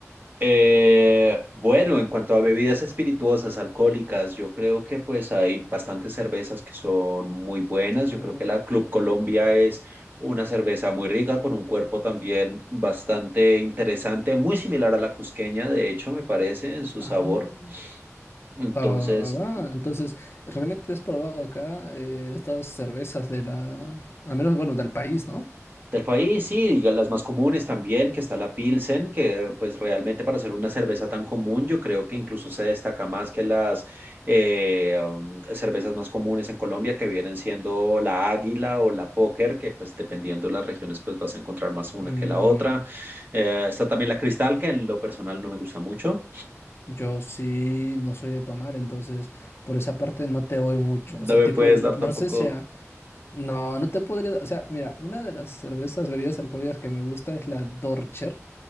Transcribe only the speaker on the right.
Eh, bueno, en cuanto a bebidas espirituosas, alcohólicas, yo creo que pues hay bastantes cervezas que son muy buenas.
Yo creo que la Club Colombia es una cerveza muy rica, con un cuerpo también bastante interesante, muy similar a la cusqueña, de hecho, me parece, en su
sabor. Entonces,
Del país, sí, diga, las más comunes también, que está la Pilsen, que pues realmente para hacer una cerveza tan común, yo creo que incluso se destaca más que las eh, um, cervezas más comunes en Colombia, que vienen siendo la Águila o la Póker, que pues dependiendo de las regiones pues vas a encontrar más una
que la otra. Eh, está también la Cristal, que en lo personal no me gusta mucho.
No
me
puedes
dar
tampoco.